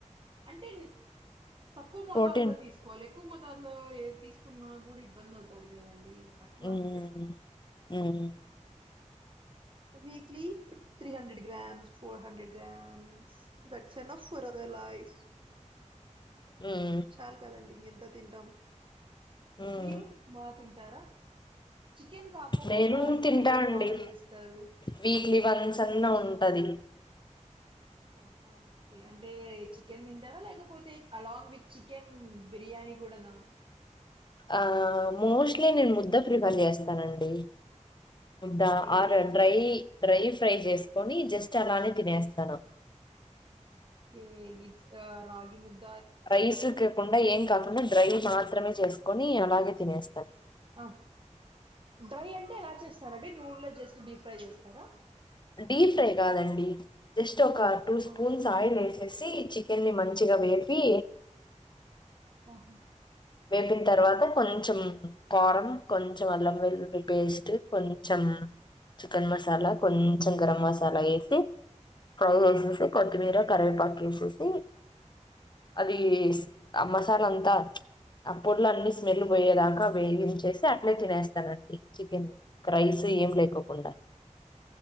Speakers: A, on the right; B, on the left.
A: అంటే తక్కువ మొతాదులో
B: ప్రోటీన్
A: తీసుకోవాలి ఎక్కువ మోతాదులో తీసుకో కున్న కూడా ఇబ్బంది అవుతంది అవుతాది కదా అండి అట్లా
B: మ్మ్
A: అంతే
B: మ్మ్
A: ఇపుడు weekly three hundred grams four hundred grams that's enough of for other life
B: మ్మ్
A: చాలు కదండి ఇం ఎంత తింటాం
B: మ్మ్
A: మీరు బాగా తింటారా చికెన్ కాకోకుండా
B: నేను
A: ఇంకా
B: తింటా
A: ఏం
B: అండి
A: బాగా చేస్తారు
B: వీక్లీ వన్ సన్నా
A: చికెన్
B: ఉంటది
A: ఓహో ఓకే అంటే చికెన్ తింటారా లేకపోతే అలాంగ్ విత్ చికెన్ బిర్యానీ కూడానా
B: ఆ మోస్ట్లీ నేను ముద్ద ప్రిఫర్ చేస్తానండి ముద్దా
A: ఓకే
B: ఆర డ్రై
A: ఇట్స్
B: డ్రై ఫ్రై చేస్త కొని జస్ట్ అలానే తినేస్తాను
A: ఒకే గిట్స్ ఆ రగి ముద్ద
B: రైస్ కాకుండా ఏం కాకుండా డ్రై మాత్రమే చేసుకొని అలాగే తినేస్తా
A: ఆ డ్రై అంటే ఎలా చేస్తారండి నూనెలో జస్ట్ డీ ఫ్రై చేస్తారా
B: డీ ఫ్రై కాదండి జస్ట్ ఒక టూ స్పూన్స్
A: ఆహా!
B: ఆయిల్ వేసేస్ సి చికెన్ ని మంచిగా వేపి
A: ఒహో
B: వేపిన తర్వాత కొంచం కారం కొంచెం అల్లం వెల్లులి పెస్ట్ కొంచం చికెన్ మసాలా కొం కొంచెం గరం మసాలా వేసి ఫ్రై చేసేసి కొత్తిమీర
A: ఆహా!
B: కరివేపాకు వేసేస్ సి అది మసాల అంతా ఆ పొర్లన్ని స్మెల్ పోయేదాకా వేగించేసి అట్లే తినేస్తానండి చికన్ క్రైస్ ఏం లేకోకుండా